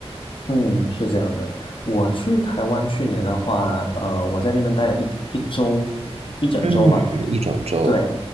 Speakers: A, on the left (about 55°); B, on the right (about 75°).
A: 嗯，是这样的。我去台湾去年的话，呃，我在那边待了一一周，一整周吧。
B: 嗯，一整周，
A: 对，